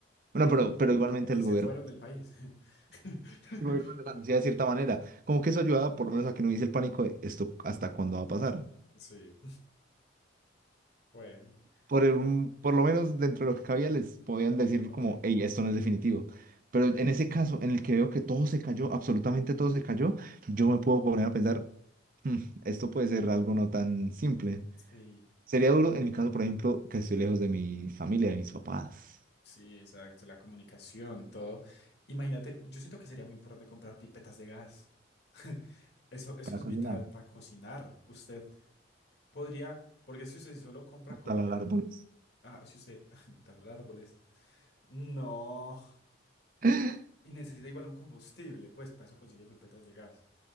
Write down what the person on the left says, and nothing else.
Y
se
fueron del país. <laughs>
Sí,
sí, bueno,
pero,
ok,
sí,
sí, exacto, la comunicación, todo. Imagínate, yo siento que sería muy importante comprar pipetas de gas. <laughs> Eso, eso
es
vital para cocinar. Usted podría, porque si usted solo compra
comida,
ah, si usted <laughs> talar árboles, no,
y necesita igual un combustible, pues para eso consigue pipetas de gas.